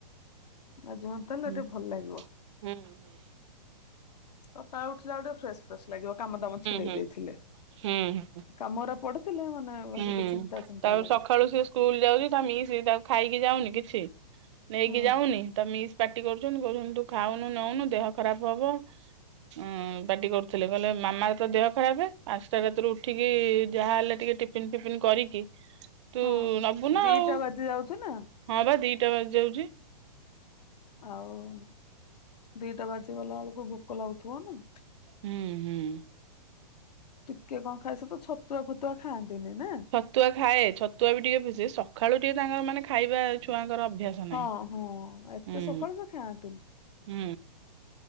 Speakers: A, on the left (about 75°); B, on the right (about 45°).
A: ମାଜି ମୁଜା ଦେଲେ
B: ହୁଁ
A: ଟିକେ ଭଲ ଲାଗିବ।
B: ହୁଁ
A: ସକାଳୁ ଉଠିଲା ଟିକେ ଫ୍ରେଶ ଫ୍ରେଶ ଲାଗିବ କାମ ଦାମ ଛିଡେଇ
B: ହୁଁ
A: ଦେଇଥିଲେ
B: ହୁଁ ହୁଁ
A: କାମରା ପଡିଥିଲେ ମାନେ ଭାରି
B: ହୁଁ।
A: ଗୋଟେ ଚିନ୍ତା ଚିନ୍ତା
B: ତାପରେ
A: ଲାଗେ
B: ସକାଳୁ ସିଏ ସ୍କୁଲ ଯାଉଚି ତା ମିସି ତାକୁ ଖାଇକି ଯାଉନି କିଛି ନେଇକି
A: ହୁଁ
B: ଯାଉନି ତା ମିସ୍ ପାଟି କରୁଚନ୍ତି କୋହୁଚନ୍ତି ତୁ ଖାଉନୁ ନୋଉନୁ ଦେହ ଖରାପ ହବ ହଁ ପାଟି କରୁଥିଲେ, କହିଲେ ମାମାର ତ ଦେହ ଖରାପେ, ପାଞ୍ଚ ଟା ରାତିରୁ ଉଠିକି ଯାହାହେଲେ ଟିକେ ଟି ଟିଫିନ ଫିପିନ କରିକି ତୁ
A: ହଁ,
B: ନବୁ ନା
A: ଦିଇଟା
B: ଆଉ
A: ବାଜି ଯାଉଚି ନା।
B: ହଁ ପା ଦିଇଟା ବାଜି ଯାଉଚି।
A: ଆଉ ଦିଇଟା ବାଜିଗଲା ଵେଳକୁ ଭୋକ ଲାଗୁଥିବ ନା?
B: ହୁଁ, ହୁଁ।
A: ଟିକେ କଣ ଖାଇଚ ତ। ଛତୁଆ ଫତୁଆ ଖାଆନ୍ତିନି ନା?
B: ଛତୁଆ ଖାଏ। ଛତୁଆ ବି ଟିକେ ପିଇ ସେ ସଖାଳୁ ଟିକେ ତାଙ୍କର ମାନେ ଖାଇବା ଛୁଆଙ୍କର ଅଭ୍ୟାସ। ନାହିଁ।
A: ହଁ, ହଁ ଏତେ
B: ହୁଁ
A: ସକାଳୁ ସେ ଖାଆନ୍ତିି।
B: ହୁଁ।